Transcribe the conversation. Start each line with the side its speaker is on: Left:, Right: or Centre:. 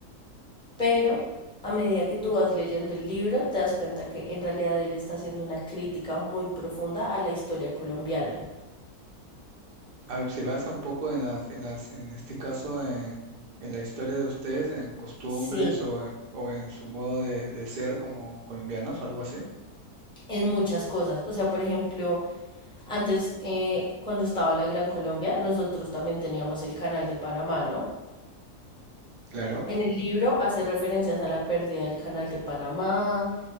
Centre: Pero a medida que tú vas leyendo el libro, te das cuenta que en realidad él está haciendo una crítica muy profunda a la historia colombiana.
Right: A ver, se basa un poco en las, en las, en este caso, en, en la historia de ustedes, en costumbres
Centre: Sí,
Right: o en, o en su modo de, de ser como colombianos o algo así.
Centre: en muchas cosas. O sea, por ejemplo, antes, eh, cuando estaba la Gran Colombia, nosotros también teníamos el Canal de Panamá, ¿no?
Right: Claro.
Centre: En el libro hace referencias a la pérdida del Canal de Panamá,